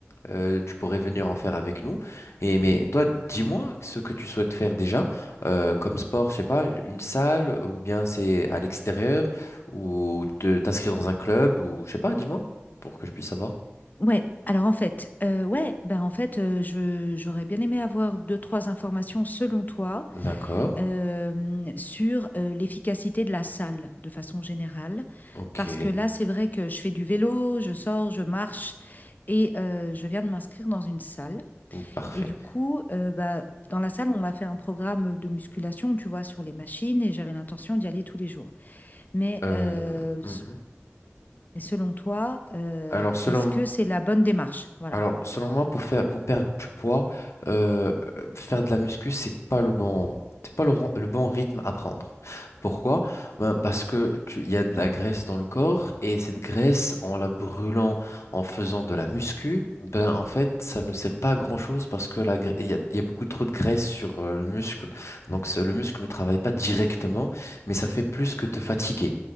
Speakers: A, on the left; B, on the left.
A: Euh, tu pourrais venir en faire avec nous. Et mais toi, dis-moi ce que tu souhaites faire déjà euh, comme sport, je sais pas, une salle ou bien c'est à l'extérieur ou te t'inscrire dans un club ou je sais pas, dis-moi pour que je puisse savoir.
B: ouais. Alors en fait, heu, ouais, ben, en fait, heu, je j'aurais bien aimé avoir deux-trois informations selon toi,
A: D'accord,
B: hem, sur, heu, l'efficacité de la salle de façon générale.
A: ok,
B: Parce que là, c'est vrai que je fais du vélo, je sors, je marche et heu, je viens de m'inscrire dans une salle.
A: parfait.
B: Et du coup, euh, bah, dans la salle, on m'a fait un programme de musculation, tu vois, sur les machines, et j'avais l'intention d'y aller tous les jours. Mais,
A: Euh,
B: euh, s-
A: mhm.
B: mais selon toi, euh,
A: Alors selon
B: est-ce que c'est la bonne démarche? Voilà.
A: Alors, selon moi, pour faire, pour perdre du poids, euh, euh, faire de la muscu, c'est pas le bon, c'est pas le, ron- le bon rythme à prendre. Pourquoi? Ben, parce que tu- il y a de la graisse dans le corps et cette graisse, en la brûlant, en faisant de la muscu, ben en fait, ça ne sert pas à grand-chose parce que la, gra- il y a, il y a beaucoup trop de graisse sur euh, le muscle. Donc, ce- le muscle ne travaille pas directement, mais ça fait plus que te fatiguer.